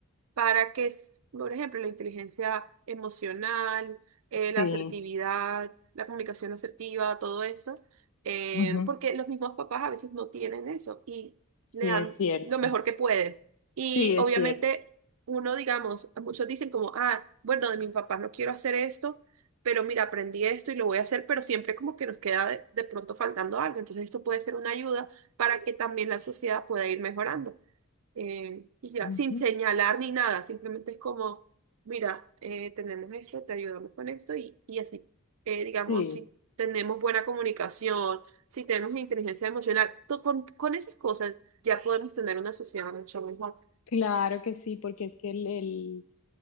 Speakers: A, on the right; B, on the left.
A: para que, s- por ejemplo, la inteligencia emocional, eh, la
B: sí,
A: asertividad, la comunicación asertiva, todo eso, eh,
B: ujú,
A: porque los mismos papás a veces no tienen eso y
B: Sí,
A: le dan
B: es cierto.
A: lo mejor que pueden. Y
B: Sí, es
A: obviamente
B: cierto.
A: uno, digamos, muchos dicen como, ah, bueno, de mis papás no quiero hacer esto. Pero mira, aprendí esto y lo voy a hacer, pero siempre como que nos queda de de pronto faltando algo. Entonces esto puede ser una ayuda para que también la sociedad pueda ir mejorando eh, y ya,
B: Ujú,
A: sin señalar ni nada, simplemente es como, mira, eh, tenemos esto, te ayudamos con esto y, y así, Eh, digamos,
B: Sí.
A: si tenemos buena comunicación, si tenemos inteligencia emocional, to- con, con esas cosas ya podemos tener una sociedad mucho mejor.
B: Claro que sí, porque es que el, el-